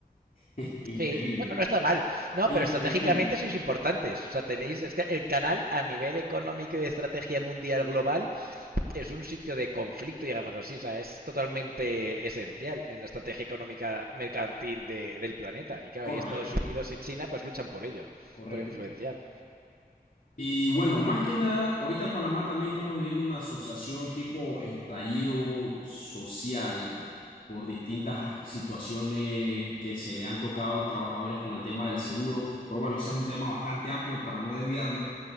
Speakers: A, on the left (about 55°); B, on the right (about 65°).
A: <laughs> Increíble.
B: Sí, bueno, no está mal. No,
A: Increíble.
B: pero estratégicamente sois importantes. O sea, tenéis este- el canal a nivel económico y de estrategia mundial global es un sitio de conflicto, digámoslo así, o sea, es totalmente esencial en la estrategia económica mercantil de- del planeta. Y claro,
A: Correcto.
B: y Estados Unidos y China pues luchan por ello,
A: Correcto.
B: por influenciar.
A: Y bueno, más que nada, ahorita en Panamá también estamos viviendo una asociación tipo estallido social por distintas situaciones que se le han tocado a los trabajadores con el tema del seguro. Pero bueno, ese es un tema bastante amplio para no desviarme.